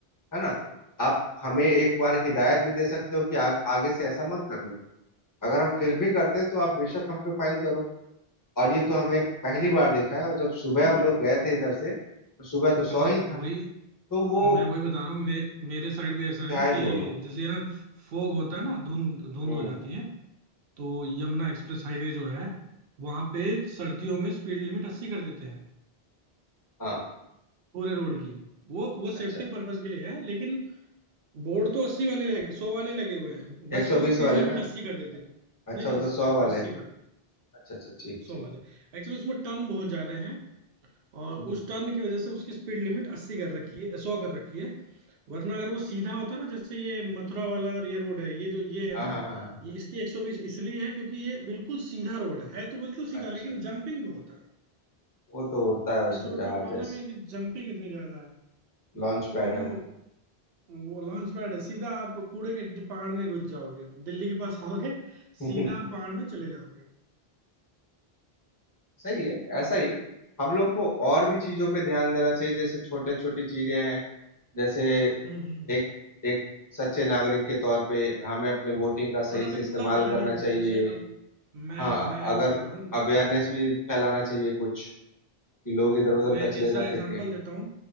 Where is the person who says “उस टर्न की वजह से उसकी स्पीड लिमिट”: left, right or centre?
Right